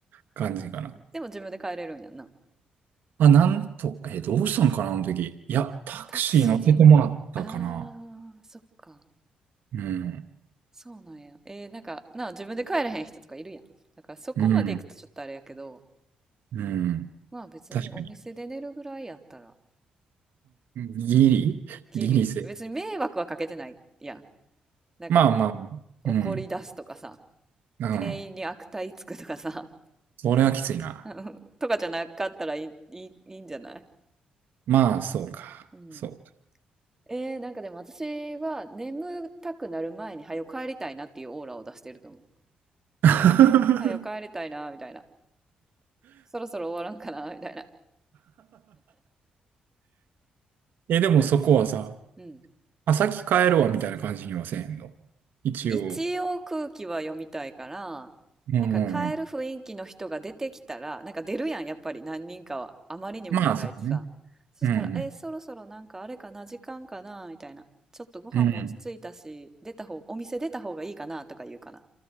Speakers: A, on the right; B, on the right.
A: 感じかな。
B: でも自分で帰れるんやんな。
A: あ、なんと、え、どうしたんかな、あの時。いや、タクシー乗せてもらったかな。
B: タクシーあー、そっか。
A: うん。
B: そうなんや。えー、なんか、なあ、自分で帰れへん人とかいるやん。だからそこまで行くとちょっとあれやけど、
A: うん。うん。
B: まあ別にお店で寝るぐらいやったら、
A: 確かに。ギリギリセーフ。
B: ギリ。別に迷惑はかけてないやん。なんか、
A: まあまあ、
B: 怒り出すとかさ、
A: うん。うん。
B: 店員に悪態つくとかさ、
A: それはきついな。
B: <laughs> とかじゃなかったらいい、いい、いいんじゃない
A: まあ、そうか。
B: うん。
A: そう
B: えー、なんかでも私は眠たくなる前に早く帰りたいなっていうオーラを出してると思う。
A: か。
B: 早く帰りたいなみたいな。そろそろ終わらんかなみたいな。
A: <laughs> え、でもそこはさ、
B: うん。
A: あ、先帰るわみたいな感じにはせえへんの。一応。
B: 一応空気は読みたいから、
A: うんうんう
B: なんか帰る雰囲気の人が出てきたら、なんか出るやん、やっぱり何人かは。あまりにも長いしさ。
A: ん。まあ、そうね。
B: そしたら、
A: うん
B: えー、そろそろなんかあれかな、時間かなみたいな。ちょっとご飯も落ち着いたし、
A: うん。うん。
B: 出た方、お店出た方がいいかなとか言うかな。